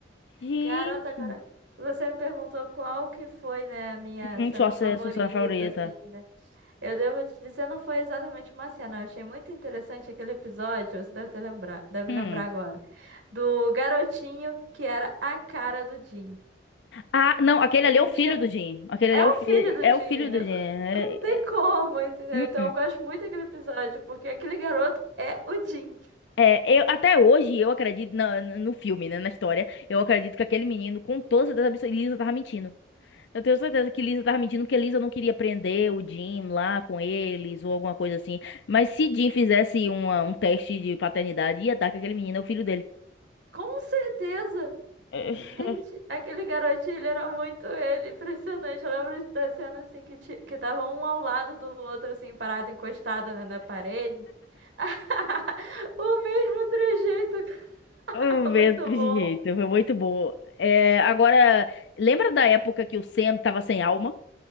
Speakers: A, on the left; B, on the right.
A: Gente.
B: Garota, agora você me perguntou qual que foi, né, a minha
A: Uhum,
B: cena
A: sua, ce-
B: favorita,
A: sua cena favorita.
B: assim, né? Eu devo te dizer, não foi exatamente uma cena. Eu achei muito interessante aquele episódio, você deve ter lembrar, deve
A: Hum.
B: lembrar agora, do garotinho que era a cara do Jim.
A: Ah, não, aquele
B: Ele
A: ali é o filho
B: tinha.
A: do Jim. Aquele
B: É
A: ali é
B: o
A: o filho,
B: filho do
A: é
B: Jim.
A: o filho
B: eu-
A: do Jim. É,
B: Não tem
A: é,
B: como, entendeu?
A: hum,
B: Então
A: hum.
B: eu gosto muito daquele episódio, porque aquele garoto é o Jim.
A: É, eu, até hoje eu acredito na- na- no filme, né, na história, eu acredito que aquele menino, com toda certeza absoluta, Lisa tava mentindo. Eu tenho certeza que Lisa tava mentindo, porque Lisa não queria prender o Jim lá com eles ou alguma coisa assim. Mas se Jim fizesse uma- um teste de paternidade, ia dar que aquele menino é o filho dele.
B: Com certeza.
A: <laughs>
B: Gente, aquele garotinho, ele era muito ele, impressionante. Eu lembro da cena assim que, ti- que tava um ao lado do outro, assim, parado, encostado na na parede. <laughs> O mesmo trejeito. <laughs>
A: É, O mesmo
B: Muito bom.
A: jeito, foi muito bom. É, agora, lembra da época que o Sam tava sem alma?